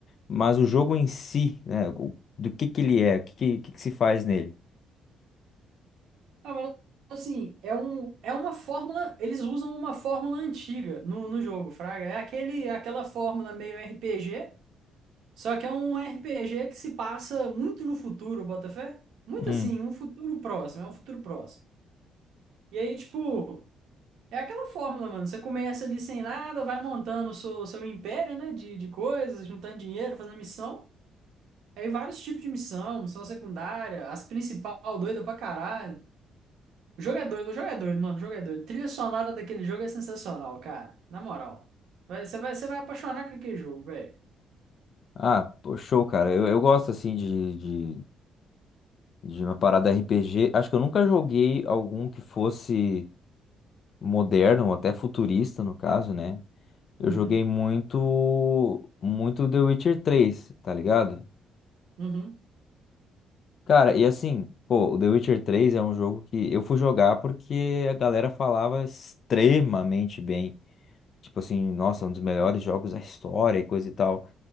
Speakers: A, on the left (about 55°); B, on the right (about 75°).
A: Mas o jogo em si, né? o- do que que ele é? O que que, que que se faz nele?
B: Ah, mas, assim, é, um, é uma fórmula. Eles usam uma fórmula antiga no, no jogo, Fraga. É aquele, aquela fórmula meio RPG, só que é um RPG que se passa muito no futuro, Botafé. Muito
A: Hum.
B: assim, um futuro próximo, é um futuro próximo. E aí, tipo, é aquela fórmula, mano. Você começa ali sem nada, vai montando o seu, seu império, né? De, de coisas, juntando dinheiro, fazendo missão. Aí vários tipos de missão, missão secundária, as principal, doida pra caralho. O jogo é doido, o jogo é doido, mano, o jogo é doido. Trilha sonora daquele jogo é sensacional, cara. Na moral. Vai- Você vai, você vai apaixonar com aquele jogo, velho.
A: Ah, pô, show, cara. Eu, eu gosto, assim, de, de, de uma parada RPG. Acho que eu nunca joguei algum que fosse moderno, ou até futurista, no caso, né? Eu
B: Uhum,
A: joguei muito, muito The Witcher três, tá ligado?
B: uhum.
A: Cara, e assim, pô, o The Witcher 3 é um jogo que eu fui jogar porque a galera falava extremamente bem. Tipo assim, nossa, um dos melhores jogos da história e coisa e tal.